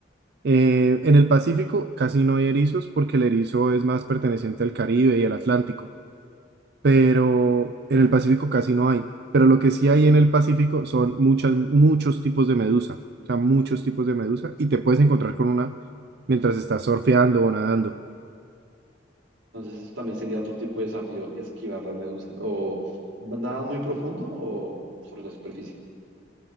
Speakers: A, on the right; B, on the right.
A: Eh, en el Pacífico casi no hay erizos porque el erizo es más perteneciente al Caribe y al Atlántico, pero en el Pacífico casi no hay. Pero lo que sí hay en el Pacífico son muchas, muchos tipos de medusa, o sea, muchos tipos de medusa y te puedes encontrar con una mientras estás surfeando o nadando.
B: Entonces, eso también sería otro tipo de desafío, esquivar las medusas. O nada muy profundo o sobre la superficie.